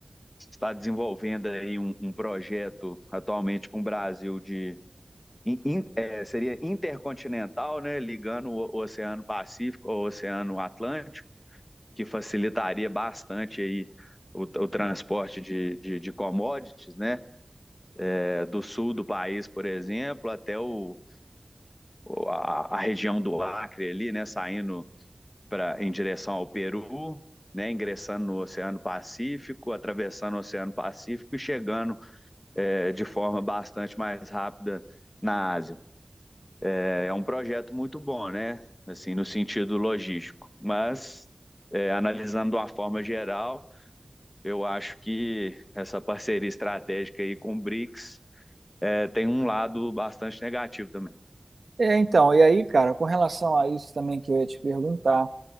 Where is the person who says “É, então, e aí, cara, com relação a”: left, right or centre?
Right